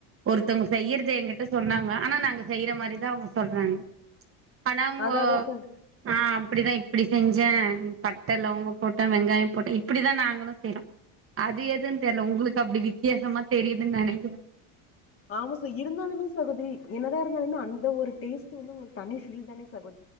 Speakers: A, on the right; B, on the left.
A: ஒருத்தவ்ங்க செய்யறத எங்கிட்ட சொன்னாங்க ஆனா நாங்க செய்ற மாரிதா அவ்ங்க சொல்றாங்க பண உங்கோ
B: அதா அதா ச
A: ஆம் இப்டிதா இப்டி செஞ்சே பட்ட லவங்க போட்டே வெங்காய போட்டே இப்டிதா நாங்களு செய்றோ அது எதுன் தெர்ல உங்களுக்கு அப்டி வித்யாசமா தெரியு துன் நெனைக்கிறே
B: ஆமா ச இருந்தாலுமே சகோதரி என்னதா இருந்தாலுமே அந்த ஒரு டேஸ்ட் வந்து உங்களுக்கு தனி ஃபீல் தானே சகோ